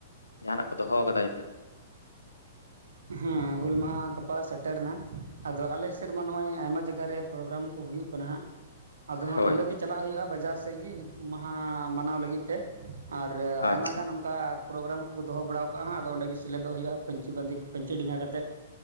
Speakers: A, on the left; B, on the right.
A: ᱡᱟᱦᱟᱱᱟᱜ ᱠᱚ ᱫᱚᱦᱚ ᱠᱟᱫᱟ ᱱᱤᱛᱟᱹᱜ
B: ᱦᱩᱸ ᱦᱩᱞ ᱢᱟᱦᱟ ᱜᱟᱯᱟ ᱥᱮᱴᱮᱨ ᱮᱱᱟ, ᱟᱫᱚ ᱟᱞᱮ ᱥᱮᱫᱢᱟ ᱱᱚᱜᱼᱚᱭ ᱟᱭᱢᱟ ᱡᱟᱭᱜᱟ ᱨᱮ ᱯᱨᱳᱜᱨᱟᱢ ᱠᱚ ᱦᱩᱭᱩᱜ ᱠᱟᱱᱟ ᱦᱟᱸᱜ ᱟᱫᱚ ᱦᱟᱸᱜ
A: ᱦᱳᱭ
B: ᱚᱰᱮ ᱜᱮ ᱪᱟᱞᱟᱜ ᱦᱩᱭᱩᱜᱼᱟ ᱵᱟᱡᱟᱨ ᱥᱮᱜ ᱜᱮ ᱦᱩᱞ ᱢᱟᱦᱟ ᱢᱟᱱᱟᱣ ᱞᱟᱹᱜᱤᱫ ᱛᱮ ᱟᱨ
A: ᱟᱪᱪᱷᱟ
B: ᱟᱭᱢᱟ ᱜᱟᱱ ᱚᱱᱠᱟ ᱯᱨᱳᱜᱨᱟᱢ ᱠᱚᱠᱚ ᱫᱚᱦᱚ ᱵᱟᱲᱟᱣ ᱠᱟᱜᱼᱟ ᱟᱫᱚ ᱚᱸᱰᱮ ᱥᱮᱞᱮᱫᱚᱜ ᱦᱩᱭᱩᱜᱼᱟ ᱯᱟᱹᱧᱪᱤ ᱵᱟᱸᱫᱮ ᱯᱟᱹᱧᱪᱤ ᱰᱮᱸᱜᱟ ᱠᱟᱛᱮᱫ᱾